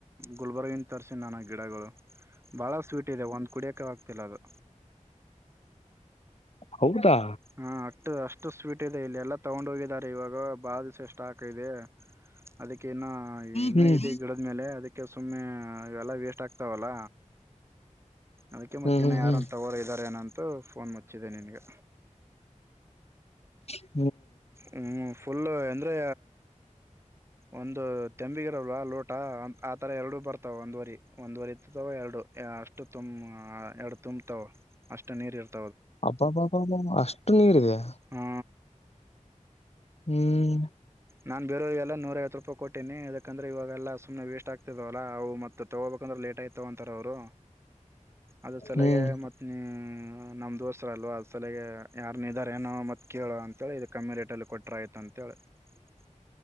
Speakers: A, on the right; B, on the left.
A: ಗುಲ್ಬರ್ಗಿಂದ ತರಿಸೀಿ ನಾನು ಗಿಡಗಳು ಭಾಳ ಸ್ವೀಟ್ ಇದೆ ಒಂದು ಕುಡಿಯೋಕ್ಕೆ ಆಗ್ತಿಲ್ಲ ಅದು
B: ಹೌದಾ
A: ಹ ಅಷ್ಟು ಸ್ವೀಟ್ ಇದೆ ಇಲ್ಲಿ ಎಲ್ಲ ತಗೊಂಡ್ ಹೋಗಿದ್ದಾರೆ ಇವಾಗ ಬಾ ದ್ ಸ್ಟಾಕ್ ಇದೆ ಅದಕ್ಕೆ ಏನ
B: ಹ್ಮ್
A: ಇದೆ ಗಿಡದ ಮೇಲೆ ಅದಕ್ಕೆ ಅಕ ಸುಮ್ಮನೆ ಇವೆಲ್ಲ ವೇಸ್ಟ್ ಆಗ್ತಾವಲ್ಲ ಅದಕ್ಕೆ ಮತ್ತ
B: ಹ್ಮ್
A: ಇನ್ನ
B: ಹ್ಮ್
A: ಯಾರನ್
B: ಹ್ಮ್
A: ತಗೋರ ಇದಾರೆ ಏನಂತ ಮತ್ತು ಫೋನ್ ಮುಚ್ಚಿದ್ದೆ ನಿನಗೆ
B: ಹ
A: ಹ್ಮ್ ಫುಲ್ ಅಂದ್ರೆ ಒಂದು ತಂಬಿಗಿರಲ್ವಾ ಲೋಟ್ ಆತರ ಎರಡು ಬರ್ತಾವ ಒಂದ್ವರಿ ಒಂದ್ುವರಿ ಇತವ ಎರಡು ಅಷ್ಟು ತುಂಬ ಎರಡು ತುಂಬತಾವ ಅಷ್ಟು ನೀರ್ ಇರ್ತ
B: ಅಬ್ಬಬ್ ಎಷ್ಟು ನೀರಿದೆ
A: ಹ್ಮ
B: ಹ್ಮ್
A: ನಾನು ಬೇರೋ ಇ ಎಲ್ಲ ನೂರೈವತ್ತು ರೂಪಾಯಿ ಕೊಟ್ಟೀನಿ ಯಾಕಂದ್ರರೆ ಇವಾಗೆಲ್ಲ ಸುಮ್ಮನೆ ವೇಸ್ಟ್ ಆಗ್ತಿದವಲ್ಲ ಅವು ಮತ್ತು ತೊಗೋಬೇಕಂದ್ರೆ ಲೇಟ್ ಆಯ್ತಾವ ಅಂತಾರೆ ಅವರು ಅದ ಸಲಗೆ
B: ಹ್ಮ್
A: ಮತ್ ನೀ ನಮ್ಮ ದೋಸ್ರಲ್ವ ಅದ್ ಸಲಗೆ ಯಾರನ್ನ ಇದಾರ ಏನೋ ಮತ್ತ ಕೇಳ ಅಂತೇಳಿ ಇದು ಕಮ್ಮಿ ರೇಟಲ್ಲಿ ಕೊಟ್ರ ಆಯ್ತ ಅಂತೇಳಿ ಹ್ಮ್